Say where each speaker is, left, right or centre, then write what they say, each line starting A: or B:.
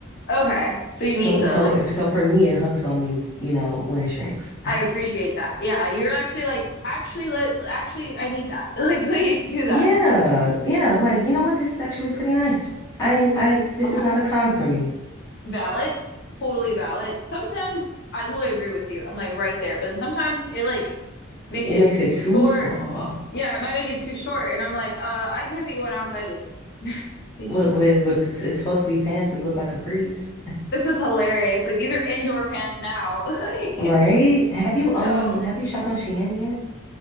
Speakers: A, on the left; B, on the left.
A: Okay, so you need
B: So
A: the
B: so
A: like.
B: if so for me it hugs on me, you know, when it shrinks. <laughs>
A: I appreciate that. Yeah, you're actually like actually let actually I need that. <laughs> Like please do that.
B: Yeah, yeah. I'm like, you know what? This is actually pretty nice. I I this
A: Okay,
B: is not a con for me.
A: valid, totally valid. Sometimes I totally agree with you. I'm like right there, but then sometimes it like makes
B: It
A: it
B: makes it
A: too
B: too
A: short.
B: small.
A: Yeah, it might make it too short, and I'm like, uh, I can't be going outside with <laughs> these
B: With
A: short
B: with, with it's supposed to be pants, but look like capris,
A: This is hilarious. Like these are indoor pants now. <laughs> Like
B: right? Have you um
A: so
B: have you shopped on Shein yet?